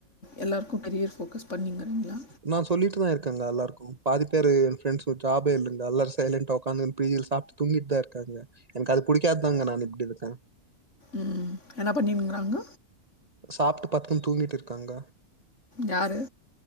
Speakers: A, on the left; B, on the right.
A: எல்லோருக்கு கரியர் ஃபோக்கஸ் பண்ணிங்கிறீங்களா
B: நா சொல்லிட்டுதா இருக்கேங்க எல்லாருக்கு பாதி பேரு எ ஃப்ரண்ட் ஜாபே இல்லங்க எல்லார்ஸ் சைலண்டா உக்காந்து பியிர் சாப்ட்டு தூங்கிட்டுதா இருக்காங்க எனக்கு அது புடிக்காதாங்க நா இப்டி இருக்க
A: ம். என்ன பண்ணின்ங்குறாங்க
B: சாப்ட்டு பத்துனு தூங்கிட்டு இருக்காங்க
A: யாரு